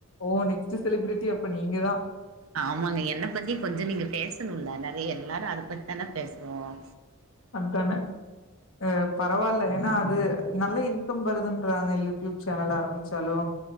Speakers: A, on the left (about 75°); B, on the right (about 75°).
A: ஓ நெக்ஸ்ட் செலிபிரிட்டி அப்ப நீங்கதான்
B: ஆமாங்க என்னை பத்தி கொஞ்சம் நீங்க பேசணும்ல்ல நிறைய எல்லாரும் அத பத்தித்தானே பேசு றோம்
A: அப்தானே ஹ பரவாயில்ல ஏன்னா அது நல்ல இன்கம் வருதுன்றாங்க யூடியூப் சேனல் ஆரம்பிச்சாலும்